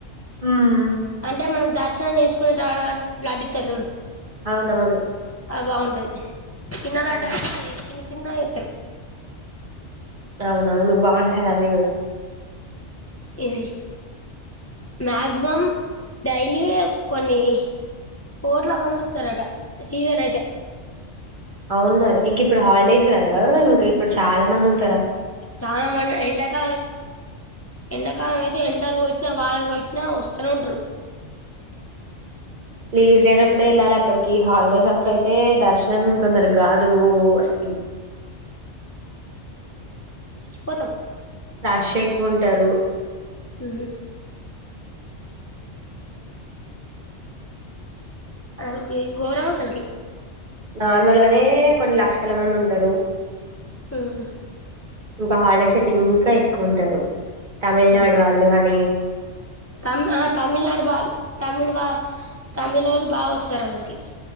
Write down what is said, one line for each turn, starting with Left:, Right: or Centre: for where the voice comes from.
Right: హ్మ్
Left: అంటే మనం దర్శనం చేసుకునేటల లడ్డిత్తరు చూడు
Right: అవునవును
Left: ఆ బావుంటది చిన్న లడ్డు
Right: ఆ!
Left: అయిన అది చిన్న చిన్న ఎ
Right: అవునవును బాగుంటది అది కూడా
Left: ఇది మాక్సిమం డైలీ కొన్ని కోట్ల మంది వస్తారట సీజన్ అయితే
Right: అవును మరి ఇంక ఇప్పుడు హాలిడేస్ కదా ఇంకా ఇప్పుడు చాలా మంది ఉంట
Left: చాలా మంది ఎండకాలం ఎండకాలం అయితే ఎండలు కో ఎంత వానలు కొట్టిన వస్తనే ఉంటరు
Right: లీవ్స్ లేనప్పుడే వెళ్ళాలి అక్కడికి హాలిడేస్ అప్పుడ అయితే దర్శనం తొందరగా కాదు అసలు
Left: పోతాం
Right: రాష్ ఎక్కువ ఉంటారు
Left: ఉ వల్కి గోరం అసలికి
Right: నార్మల్గానే కొన్ని లక్షల మంది ఉంటారు
Left: ఉహు
Right: ఇంకా హాలిడేస్ అయితే ఇంకా ఎక్కువ ఉంటారు తమిళనాడు
Left: అవును
Right: వాళ్ళు కాని
Left: తమ్ ఆ తమిళనాడు బాల్ తమిళ్ బా తమిళోళ్ళు బా వస్తారు అసలుకి